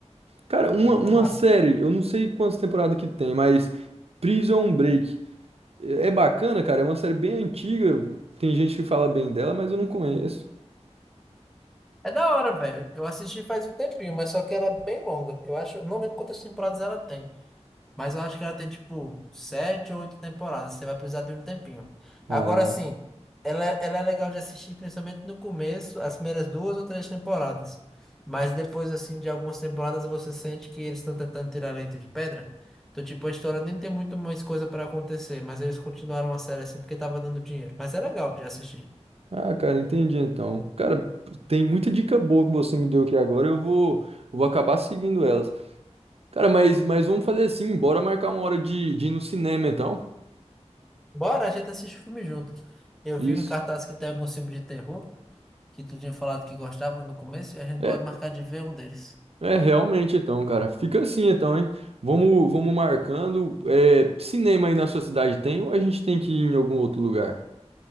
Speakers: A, on the right; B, in the centre.
A: Cara, uma,
B: É Muito
A: uma
B: massa.
A: série, eu não sei quantas temporadas que tem, mas Prison Break. É é bacana, cara. É uma série bem antiga. Tem gente que fala bem dela, mas eu não conheço.
B: É da hora, velho. Eu assisti faz um tempinho, mas só que ela é bem longa. Eu acho, eu não lembro quantas temporadas ela tem, mas eu acho que ela tem tipo sete ou oito temporadas. Você vai precisar de um tempinho. Agora
A: Ah.
B: sim, ela, é- ela é legal de assistir, principalmente no começo, as primeiras duas ou três temporadas. Mas depois, assim, de algumas temporadas, você sente que eles estão tentando tirar leite de pedra. Então, tipo, a história nem tem muito mais coisa pra acontecer, mas eles continuaram a série assim porque tava dando dinheiro. Mas é legal de assistir.
A: Ah, cara, entendi então. Cara, tem muita dica boa que você me deu aqui agora. Eu vou, eu vou acabar seguindo elas. Cara, mas, mas vamos fazer assim, bora marcar uma hora de, de ir no cinema então.
B: Bora, a gente assiste o filme junto. Eu
A: Isso.
B: vi em cartaz que tem alguns filmes de terror, que tu tinha falado que gostava no começo, e a gente
A: É,
B: pode marcar de ver um deles.
A: é realmente então, cara. Fica assim então, hein? Vamos, vamos marcando. É, cinema aí na sua cidade tem ou a gente tem que ir em algum outro lugar?